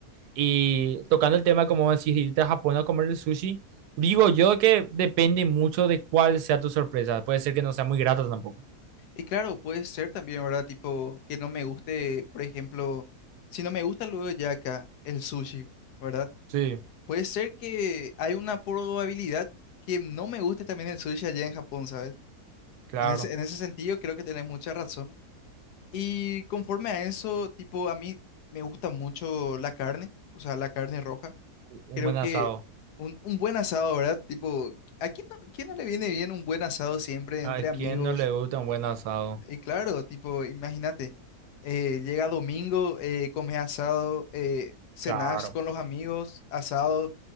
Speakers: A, on the right; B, on the left.
A: Y tocando el tema, como decir, irte a Japón a comer el sushi, digo yo que depende mucho de cuál sea tu sorpresa. Puede ser que no sea muy grata tampoco.
B: Y claro, puede ser también, ¿verdad? Tipo, que no me guste, por ejemplo, si no me gusta luego ya acá el sushi, ¿verdad?
A: Sí,
B: Puede ser que hay una probabilidad que no me guste también el sushi allá en Japón, ¿sabes?
A: claro.
B: En ese, en ese sentido, creo que tenés mucha razón. Y conforme a eso, tipo, a mí me gusta mucho la carne, o sea, la carne roja.
A: U- Un
B: Creo
A: buen
B: que
A: asado.
B: un, un buen asado, ¿verdad? Tipo, ¿a quién no, quién no le viene bien un buen asado siempre
A: ¿A
B: entre
A: quién
B: amigos?
A: no le gusta un buen asado?
B: Y claro, tipo, imagínate, eh, llega domingo, eh, comes asado, eh, cenás
A: Claro.
B: con los amigos, asado.